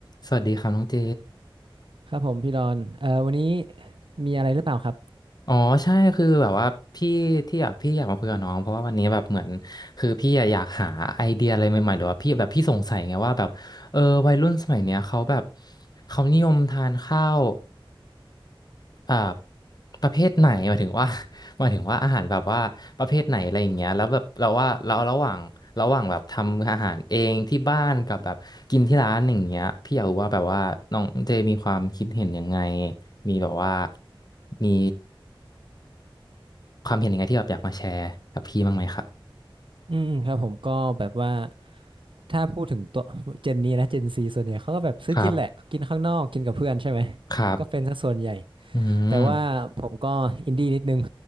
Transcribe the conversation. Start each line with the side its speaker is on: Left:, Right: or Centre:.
Left: สวัสดีครับน้องเจ
Right: ครับผมพี่ดอนเอ่อวันนี้มีอะไรหรือเปล่าครับ
Left: อ๋อใช่คือแบบว่าพี่ที่อยากพี่อยากมาคุยกับน้องเพราะว่าวันนี้แบบเหมือนคือพี่อะอยากหาไอเดียอะไรใหม่ๆหรือว่าพี่แบบพี่สงสัยไงว่าแบบเออวัยรุ่นสมัยเนี้ยเขาแบบเขานิยมทานข้าว อ่าประเภทไหนหมายถึงว่า <laughs> หมายถึงว่าอาหารแบบว่าประเภทไหนอะไรอย่างเงี้ยแล้วแบบเราว่าเราระหว่างระหว่างแบบทำอาหารเองที่บ้านกับแบบกินที่ร้านอย่างเงี้ยพี่อยากรู้ว่าแบบว่าน้องเจมีความคิดเห็นยังไงมีแบบว่ามีความเห็นยังไงที่แบบอยากมาแชร์กับพี่บ้างไหมครับ
Right: อืมอืมครับผมก็แบบว่าถ้าพูดถึงตัวเจนนี้นะเจนซีส่วนใหญ่เขาก็แบบซื้อกินแหละกินข้างนอกกินกับเพื่อนใช่ไหม
Left: ครับครับ
Right: ก็เป็นสัส่วนใหญ่
Left: อืม
Right: แต่ว่าผมก็อินดี้นิดนึง